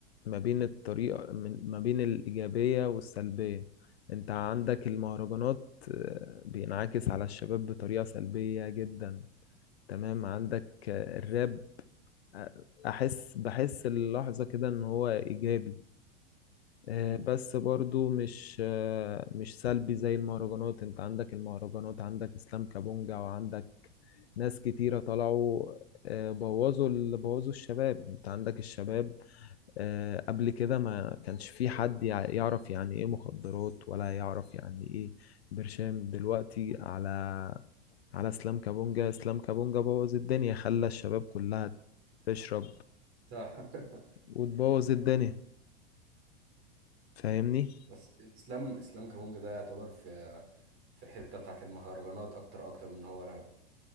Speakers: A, on the left (about 75°); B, on the right (about 40°).
A: ما بين الطريقة من- ما بين الإيجابية والسلبية أنت عندك
B: مم.
A: المهرجانات آه، بينعكس على الشباب بطريقة سلبية جدا تمام عندك آه، الراب آه، أحس بحس اللحظة كده إن هو إيجابي آه،
B: مم.
A: بس برضو مش آه، مش سلبي زي المهرجانات أنت عندك المهرجانات عندك إسلام كابونجا وعندك ناس كتيرة طلعوا آه، بوظوا ال- بوظوا الشباب أنت عندك الشباب آه، قبل كده ما كانش في حد يع- يعرف يعني ايه مخدرات ولا يعرف يعني ايه برشام دلوقتي على على اسلام كابونجا اسلام كابونجا بوظ الدنيا خلى الشباب كلها تشرب
B: صح <laughs>
A: وتبوظ الدنيا فاهمني
B: بس اسلام اسلام كابونجا ده يعتبر في في حته بتاعت المهرجانات اكتر اكتر من هو راب